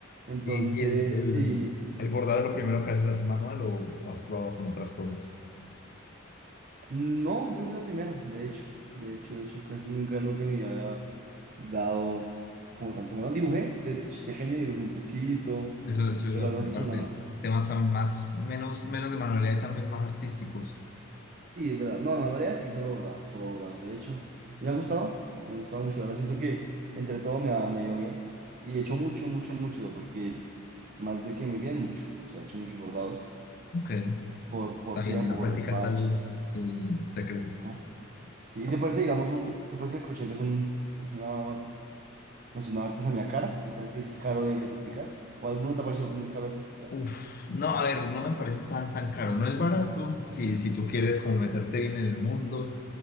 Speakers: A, on the right; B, on the left.
A: Entonces,
B: ¿Y, y el, el,
A: sí,
B: el bordado es lo primero que haces así manual o, o has probado con otras cosas?
A: no, yo creo que lo primero, de hecho, de hecho, de hecho, casi nunca, nunca me había dado como tanto más. Dibujé, de ch- pequeño dibujé un poquito,
B: Eso, eso iba
A: pero
B: a
A: algo
B: preguntarte.
A: así como una,
B: Temas también más, menos, menos de manualidad y también más artísticos.
A: Sí, es verdad. No, manualidades sí, solo bordado, solo bordado. De hecho, y me ha gustado, me ha gustado mucho. Ahora siento que entre todo me ha, me ha ido bien. Y he hecho mucho, mucho, mucho, porque más de que muy bien, mucho. O sea, he hecho muchos bordados
B: Ok,
A: por, por
B: está bien,
A: tiempo,
B: en la
A: por
B: práctica
A: desparche.
B: está el el secreto.
A: Ajá. Sí, ¿y te parece, digamos, un, te parece que el crochet es un, es una, no sé, una artesanía cara? ¿Te parece que es caro de, de practicar? ¿O alguno te ha parecido muy caro de practicar?
B: Uf, no, a ver, no me parece tan tan caro, no es barato, si, si tú quieres como meterte bien en el mundo,